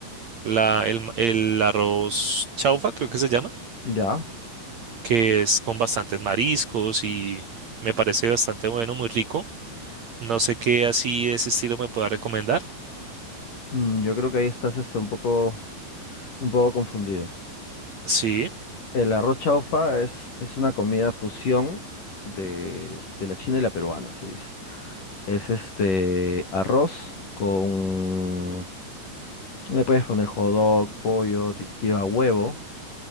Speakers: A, on the right; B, on the left.
A: la, el, ma- el arroz chaufa, creo que se llama,
B: Ya,
A: que es con bastantes mariscos y me parece bastante bueno, muy rico. No sé qué así de ese estilo me pueda recomendar.
B: mm, yo creo que ahí estás este, un poco, un poco confundido.
A: Sí,
B: El arroz chaufa es, es una comida fusión de, de la china y la peruana, se dice. Es este arroz con... Le puedes poner hot dog, pollo, ti- lleva huevo.